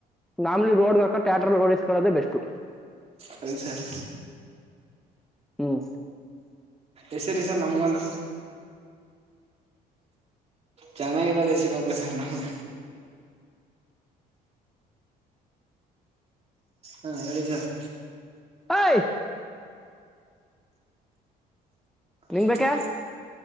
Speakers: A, in the centre; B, on the right.
A: ನಮ್ಲಿ ರೋಡ್ಕ ಥ್ಯಾಟ್ರ ರೋಡಸ್ಕೊಳ್ಳೋದೆೇ ಬೆಸ್ಟ್ು
B: ಅದ ಸರ್
A: ಹ್ಮ್
B: ಎಸಿರಿ ಸರ್ ನಮ್ಗೊಂದು ಚೆನ್ನಾಗಿರೋದ ಸಿಗಪ ಸರ್ ನಮಗೆ ಹಾ ಏಳ ಸಸ್
A: ಹಾಯ ನಿಂಗ್
B: ಹನ್
A: ಬೇಕ
B: ಬಾ